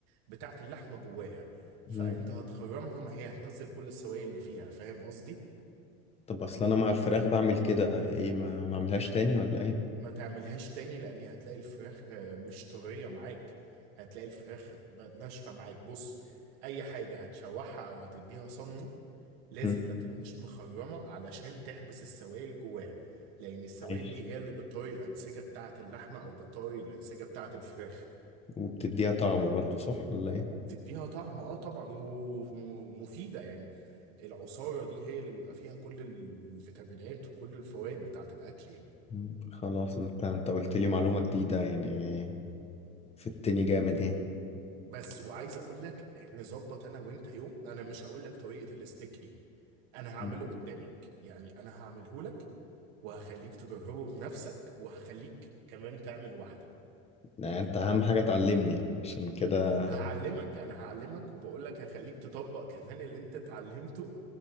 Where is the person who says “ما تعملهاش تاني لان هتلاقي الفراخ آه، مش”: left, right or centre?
Right